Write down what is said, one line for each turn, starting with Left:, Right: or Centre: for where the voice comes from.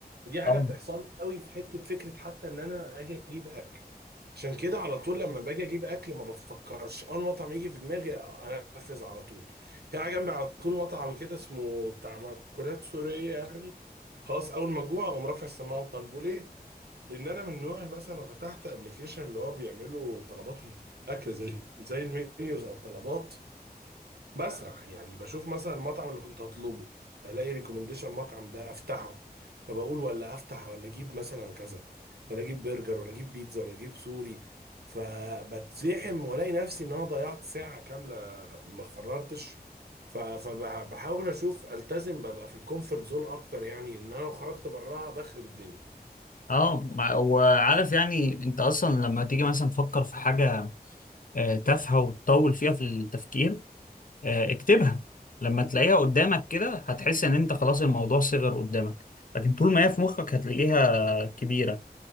Right: ودي حاجه
Left: طبعا
Right: بتحصل لي قوي في حته فكره حتى ان انا اجي اجيب اكل عشان كده على طول لما باجي اجيب اكل ما بفكرش اول مطعم يجي في دماغي انفذ على طول هنا جنبي على طول مطعم كده اسمه بتاع مأكولات سوريه يعني خلاص اول ما جوع اقوم رافع السماعه وطالبه ليه؟ لان انا من نوع مثلا لو فتحت ابلكيشن اللي هو بيعملوا طلبات الاكل زي زي المنيوز او طلبات بسرح يعني بشوف مثلا المطعم اللي كنت هطلبه الاقي ريكومنديشن المطعم ده افتحه طب اقول ولا افتح ولا اجيب مثلا كذا ولا اجيب برجر ولا اجيب بيتزا ولا اجيب سوري فبتزحم والاقي نفسي ان انا ضيعت ساعة كاملة ما قررتش ف- فبحاول اشوف التزم ببقى في الكومفورت زون اكتر يعني ان انا لو خرجت براها بخرب الدنيا
Left: اه مع- وعارف يعني انت اصلا لما تيجي مثلا تفكر في حاجة آه، تافهة وتطول فيها في التفكير آه، اكتبها لما تلاقيها قدامك كده هتحس ان انت خلاص الموضوع صغر قدامك لكن طول ما هي في مخك هتلاقيها كبيرة